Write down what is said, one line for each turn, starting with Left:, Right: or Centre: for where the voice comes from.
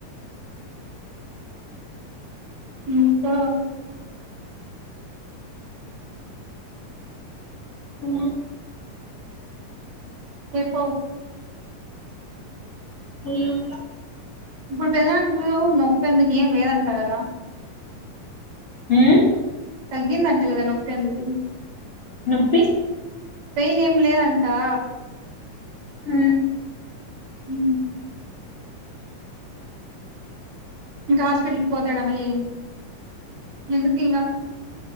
Right: ఇంకా
Left: ఆ
Right: చెప్పు
Left: ఎం ల
Right: ఇప్పుడు పెదనానికి నొప్పి ఎందుకు ఏం లేదంట కదా
Left: ఉ
Right: తగ్గిందట్ట కదా నొక్కేందుకు
Left: నొప్పి
Right: పెయిన్ ఏం లేదంటా
Left: ఉ
Right: ఉ ఇంకా హాస్పిటల్కి పోతాడా మళ్ళీ ఎందుకు ఇంగ